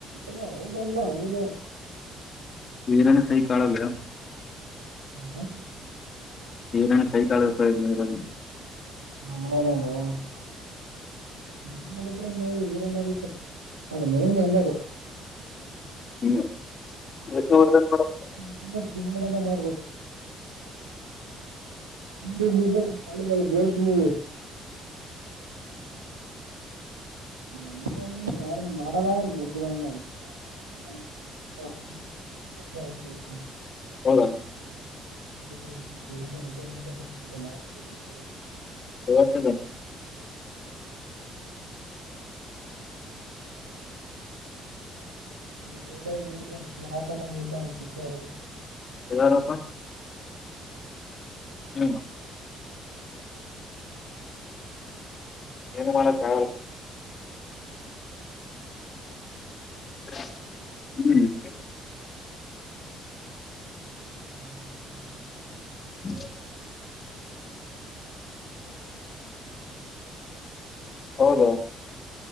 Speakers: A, on the right; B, on the left.
A: ಹ್ಹ ಹೌದಲ್ಲ.
B: ವೀರನು ಸಹ ಕಳಲ್ಲ ಬ್ರೋ.
A: ಹ್ಮ
B: <unintelligible>
A: ನಮ್ಮ <unintelligible> ನೀ ಮಾಡಿದ್ರೆ ಮೂವ ಹೆರೋಯಿನ್ ಇರ್ಲಿಲ್ಲ ಕೆ ಅದು ಮೂವೀ ನೆ ನಲ್ಲದು.
B: ಹ್ಮ್ ವಿಷ್ಣುವರ್ಧನ್ <unintelligible>
A: <unintelligible> ಮಾಡ್ಬೇಕು <unintelligible> ಬೋಸ್ಟ್ ಮೂವೀ ಅಂತ ಮೂವಿ ಯಾರು ಮಾಡೋದಾಗ <unintelligible> <unintelligible>
B: ನೋಡ <unintelligible>
A: <unintelligible>
B: ಎಲ್ಲನೊಪ್ಪ <unintelligible>
A: <unintelligible>
B: ಏನ್ ಮಾಡಕ್ ಆಗಲ್ಲ. <inaudible> ಹ್ಮ್
A: <inaudible>
B: <inaudible>
A: <unintelligible>
B: ಹೌದ